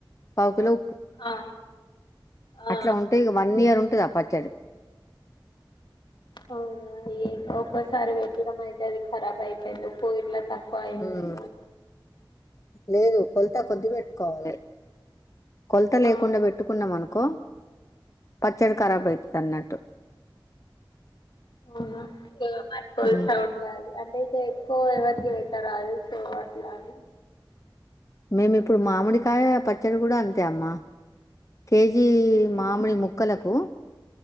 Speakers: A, on the left; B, on the left.
A: పావు కిలో
B: ఆ ఆ
A: అట్లా ఉంటే వన్ ఇయర్ ఉంటుది అప్పు పచ్చడి
B: అవునా ఏ ఒక్కోసారి వెగనం అయితే అదిఖరాబ్ అయిపోయింది పో ఇడ్లా తక్కువ పలలా
A: ఉమ్ లేదు కొల్తా కొద్ది పెట్టుకోవాలి కొలత లేకుండా
B: ఆ
A: పెట్టుకున్నాం అనుకో పచ్చడి ఖరాబ్ అవుతది అన్నట్టు
B: అవునా ఏ మర్కల్సా
A: ఉమ్
B: సౌండ్ లాగా అంటే ఎక్కువ ఎవరికి పెట్టారదు సో అట్లానే
A: మేమి ఇప్పుడు మామిడికాయ పచ్చడి కూడా అంతే అమ్మా కేజీ
B: ఉమ్
A: మామిడి ముక్కలకు కు